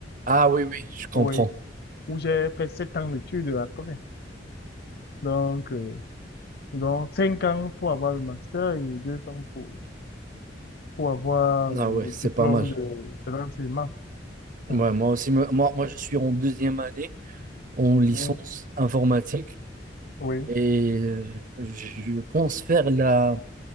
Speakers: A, on the right (about 45°); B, on the left (about 60°).
A: Ah oui, oui, je comprends.
B: oui, où j'ai fait sept ans d'études après. Donc, euh, donc cinq ans pour avoir le master et deux ans pour pour avoir euh,
A: Ah ouais,
B: le
A: c'est
B: diplôme
A: pas mal.
B: de, de l'enseignement.
A: Ouais,
B: Euh,
A: moi aussi, me- moi, moi, je suis en deuxième année en licence
B: mm,
A: informatique.
B: oui,
A: Et euh, je pense faire la,